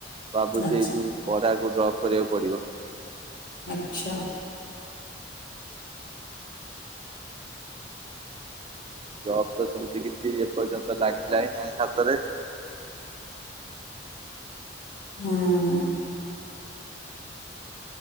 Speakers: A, on the right; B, on the left.
A: ଭାବୁଚି
B: ଆଚ୍ଛା।
A: ଏଇଠୁ ପଢାକୁ ଡ୍ରପ୍ କରିବାକୁ ପଡିବ।
B: ଆଚ୍ଛା।
A: ଜବ୍ ତ ସେମିତି କିଛି ଏପର୍ଯ୍ୟନ୍ତ ଲାଗିଲା ହିଁ ନାହିଁ ହାତରେ।
B: ହୁଁ।